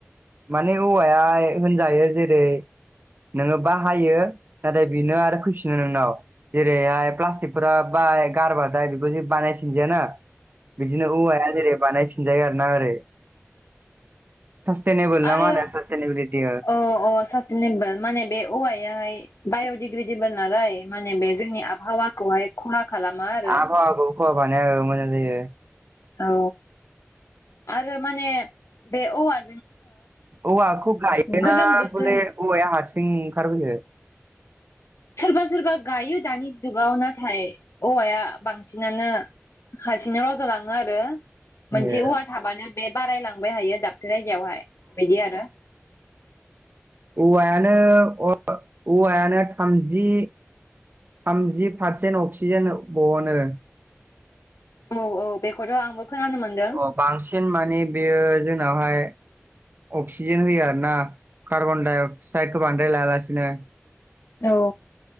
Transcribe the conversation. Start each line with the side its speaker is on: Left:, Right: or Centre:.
Right: माने औवाया होनजायो जेरै - नोङो बाहायो नाथाय बेनो आरो फैफिनो नोंनाव जेरैहाय प्लास्टिकफोरा बा फाय गारबाथाय बेखौदि बानायफिनजाया ना बिदिनो औवाया जेरै बानायफिनजायो आरो ना ओरै सासटेनेबोल ना
Left: आरो
Right: मा होनो सासटेनेबिलिटि
Left: अ अ साथिनिबो माने बे औवायाहाय बाय'डिग्रेडेबोल नालाय माने बे जोंनि आबहावाखौहाय खहा खालामा आरो
Right: आबहावाखौ खहा बानाया ओ मोजां जायो।
Left: औ आरो माने बे औवा
Right: औवाखौ गायोना
Left: गोलोम बोथोर
Right: बले औवाया हार सिं ओंखारबोयो
Left: सोरबा सोरबा गायो दानि जुगाव नाथाय औवाया बांसिनानो हारसिंनो रज' लाङो आरो मोनसे
Right: ए अ
Left: औवा थाबानो बे बारायलांबाय हायो दाबसे जायगायावहाय बिदि आरो
Right: औवायानो औवायानो थामजि थामजि पारसेन्ट अक्सिजेन बहनो
Left: औ-औ बेखौथ' आंबो खोनानो मोनदों
Right: अ बांसिन माने बेयो जोंनावहाय अक्सिजेन होयो आरो ना कार्बन डाइ अक्साइदखौ बांद्राय लागासिनो
Left: औ